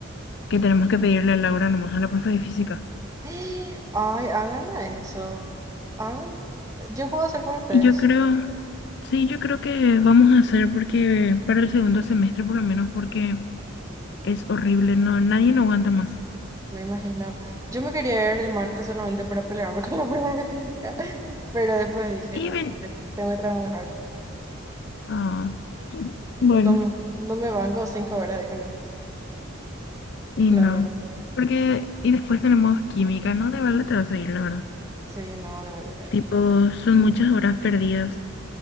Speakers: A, on the left; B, on the right.
A: que tenemos que pedirle a Laura nomás a la profe de física.
B: <gasps> Ay, hagan eso. Hagan. Yo puedo hacer por ustedes.
A: Y yo creo, sí, yo creo que vamos a hacer porque para el segundo semestre por lo menos porque es horrible, no, nadie no aguanta más.
B: Me imagino. Yo me quería ver el martes solamente para pelearme <laughs> con la prueba de física, pero después dije,
A: Y
B: no,
A: ven,
B: tengo que, tengo que trabajar.
A: ah, Bueno,
B: No me, no me banco cinco horas ahí con ella,
A: y
B: la
A: no,
B: verdad.
A: porque, y después tenemos química, ¿no? De balde te vas a ir, la verdad.
B: Sí, no, de Valdemar.
A: Tipo, son muchas horas perdidas.